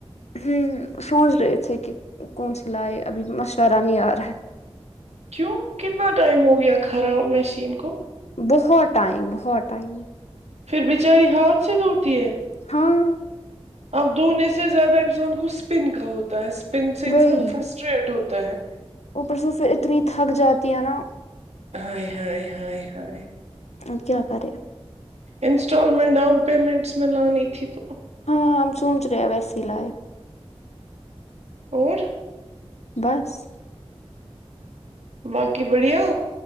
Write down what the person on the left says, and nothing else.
ہ سوچ رہے تھے کہ کون س لائے ابھی مشورہ نہیں آ رہا ہے
بہت ٹائم بہت ٹائم
ہاں
وہی
اوپر سے پھر اتنی تھک جاتی ہے نا
اب کیا کرے
ہاں ہم سوچ رہے ویسیے ہی لائے
بس